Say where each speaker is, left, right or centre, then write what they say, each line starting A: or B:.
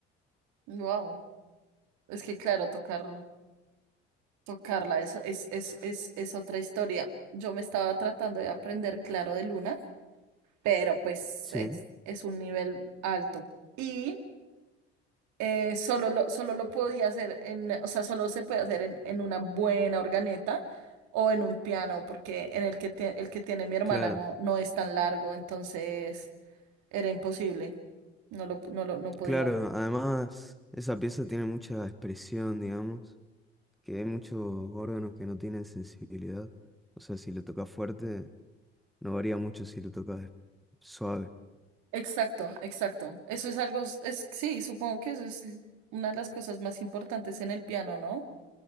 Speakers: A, on the right; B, in the centre.
A: Wow. Es que claro, tocar, tocarla eso es, es, es, es otra historia. Yo me estaba tratando de aprender Claro de Luna, pero pues
B: Sí,
A: es, es un nivel alto. Y eh, solo lo, solo lo podía hacer en, o sea, solo se puede hacer en, en una buena organeta o en un piano, porque en el que, tie- el que tiene mi hermana
B: claro,
A: no, no es tan largo, entonces era imposible. No lo, no lo, no podía.
B: claro. Además, esa pieza tiene mucha expresión, digamos, que hay muchos órganos que no tienen sensibilidad. O sea, si lo tocas fuerte, no varía mucho si lo tocas suave.
A: Exacto, exacto. Eso es algo, s- es, sí, supongo que eso es una de las cosas más importantes en el piano, ¿no?